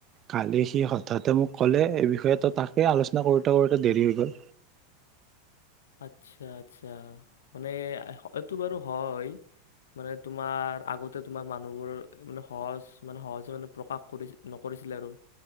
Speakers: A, on the right; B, on the left.
A: কালি সি হঠাতে মোক ক'লে এই বিষয়টো তাকে আলোচনা কৰোতে কৰোতে দেৰি হৈ গ'ল
B: আচ্ছা আচ্ছা মানে এইটো বাৰু হয় মানে তোমাৰ আগতে তোমাৰ মানুহবোৰ মানে সহজ মানে সহজে মানে প্ৰকাশ কৰি নকৰিছিলে আৰু